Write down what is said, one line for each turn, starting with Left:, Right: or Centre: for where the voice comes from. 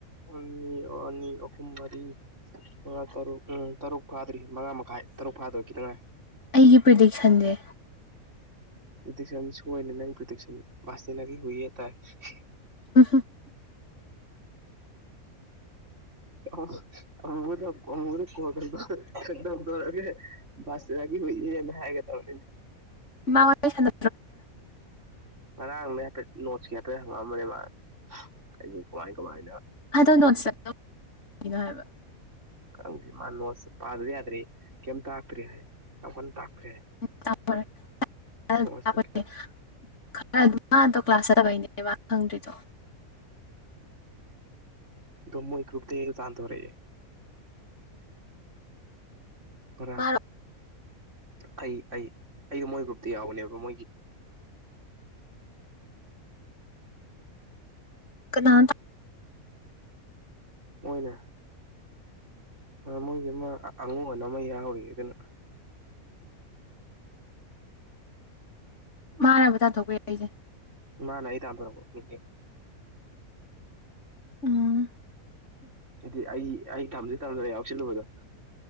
Right: ꯑ ꯑꯅꯤ ꯑꯍꯨꯝ ꯃꯔꯤ ꯇꯔꯨꯛ ꯎꯝ ꯇꯔꯨꯛ ꯐꯥꯗ꯭ꯔꯤ ꯃꯉꯥ ꯃꯈꯥꯏ ꯇꯔꯨꯛ ꯐꯥꯗꯣꯏ ꯈꯤꯇꯪ ꯉꯥꯏ
Left: ꯑꯩꯒꯤ ꯄ꯭ꯔꯤꯗꯤꯛꯁꯟꯁꯦ
Right: <unintelligible>
Left: ꯎ
Right: ꯑ ꯑꯃ ꯑꯃꯒꯗꯤ ꯀꯣ ꯀꯗ ꯔꯦꯁꯇꯔꯥꯒ ꯍꯅ ꯍꯥꯏꯒꯦ ꯇꯅꯤ
Left: ꯃꯥꯃ ꯁꯗꯣ
Right: ꯉꯔꯥꯡꯅꯦ ꯍꯥꯏꯐꯦꯠ ꯅꯣꯠꯁꯀꯤ ꯍꯥꯏꯐꯦꯠ ꯍꯪꯉꯛꯝꯕꯅꯤ ꯃꯥ ꯑꯩꯁ ꯀꯃꯥꯏ ꯀꯃꯥꯏꯅ
Left: ꯍꯥꯏꯗ ꯅꯁꯅꯣ ꯍꯥꯏꯕ
Right: ꯍꯪ ꯃꯥꯅꯤ ꯁꯄ ꯑꯗꯨꯗꯤꯦ ꯍꯥꯏꯗ꯭ꯔꯤ ꯀꯝꯇ ꯍꯥꯥꯛꯇ꯭ꯔꯤ ꯍꯥꯏ ꯇꯥꯛꯇ꯭ꯔꯦ ꯍꯥꯏ
Left: <unintelligible>
Right: ꯅꯣꯠꯁꯇ ꯈꯤꯇꯪ
Left: ꯂꯩꯕ ꯈꯪꯗ꯭ꯔꯤꯗꯣ
Right: ꯗꯃꯒ꯭ꯔꯨꯄꯗ ꯇꯥꯟꯊꯔꯛꯑꯥ
Left: <unintelligible>
Right: ꯄꯨꯔ
Left: ꯃꯥꯔꯣ
Right: ꯑꯩ ꯑꯩ ꯑꯩꯁꯨ ꯃꯣꯏ ꯒ꯭ꯔꯨꯞꯇ ꯌꯥꯎꯕꯅꯦꯕ ꯃꯣꯏꯒꯤ
Left: <unintelligible>
Right: ꯎꯝ
Left: ꯀꯅꯥ
Right: ꯃꯣꯏꯅꯦ ꯃꯣꯏꯒꯤ ꯑꯃ ꯑꯉꯨ ꯑꯅ ꯑꯃ ꯌꯥꯎꯧꯔꯤ ꯑꯗꯨꯅ
Left: ꯃꯥꯔꯥꯕ ꯇꯥ ꯊꯣꯛꯣꯛꯄ ꯌꯥ ꯑꯩꯁꯦ
Right: ꯃꯥꯅ ꯑꯩ ꯇꯟꯊꯣꯔꯛꯄ ꯒꯔꯨꯞꯇꯩ
Left: ꯎꯝ
Right: ꯍꯥꯏꯗꯤ ꯑꯩ ꯑꯩ ꯊꯝꯗꯦ ꯇꯝꯗ꯭ꯔ ꯌꯥꯎꯁꯜꯂꯨꯕꯗꯣ